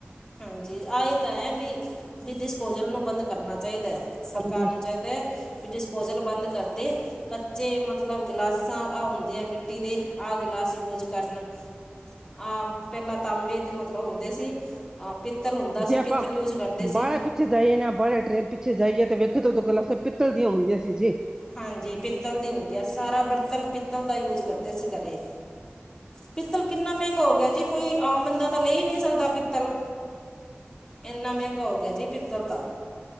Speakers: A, on the left; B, on the right.
A: ਹਾਂਜੀ ਆ ਹੀ ਤਾਂ ਐ ਵੀ ਵੀ ਡਿਸਪੋਜਲ ਨੂੰ ਬੰਦ ਕਰਨਾ ਚਾਹੀਦਾ ਐ।
B: ਹਾਂਜੀ
A: ਸਰਕਾਰ ਨੂੰ ਚਾਹੀਦੇ ਵੀ ਡਿਸਪੋਜ਼ਲ ਬੰਦ ਕਰਦੇ ਕ ਚੇ ਮਤਲਬ ਗਿਲਾਸਾਂ ਆ ਹੁੰਦੇ ਆ ਮਿੱਟੀ ਦੇ ਆਹ ਗਲਾਸ ਯੂਜ ਕਰਨ, ਆ ਪਹਿਲਾਂ ਤਾਂਬੇ ਦੇ ਮਤਲਬ ਹੁੰਦੇ ਸੀ ਪਿੱਤਲ ਹੁੰਦਾ ਸੀ
B: ਜੇ ਆਪਾਂ
A: ਪਿੱਤਲ ਯੂਜ ਕਰਦੇ ਸੀ
B: ਬਾਹਲਾ ਪਿੱਛੇ ਜਾਈਏ ਨਾ ਬਾਹ ਟ੍ਰਰੇਨ ਪਿੱਛੇ ਜਾਈਏ ਤੇ ਵੇਖੇ ਤਾਂ ਉਦੋਂ ਗਲਾਸਾ ਪਿੱਤਲ ਦੀਆਂ ਹੁੰਦੀਆਂ ਸੀ ਜੀ।
A: ਹਾਂਜੀ ਪਿੱਤਲ ਦੀ ਹੁੰਦੀ ਆ ਸਾਰਾ ਬਰਤਨ ਪਿੱਤਲ ਦਾ ਯੂਜ ਕਰਦੇ ਸੀ ਘਰੇ ਪਿੱਤਲ ਕਿੰਨਾ ਮਹਿੰਗਾ ਹੋ ਗਿਆ ਜੀ ਕੋਈ ਆਮ ਬੰਦਾ ਤਾਂ ਲੈ ਨੀ ਸਕਦਾ ਪਿੱਤਲ। ਇੰਨਾ ਮਹਿੰਗਾ ਹੋਗਿਆ ਜੀ ਪਿੱਤਲ ਤਾਂ।